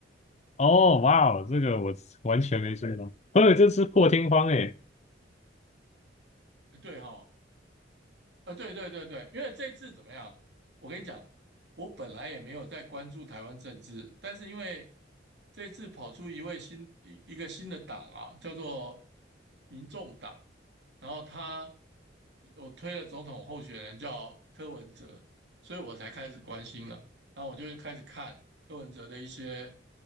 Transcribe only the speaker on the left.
哦，哇哦，这个我完全没注意到，<laughs> 所以这是破天荒哎。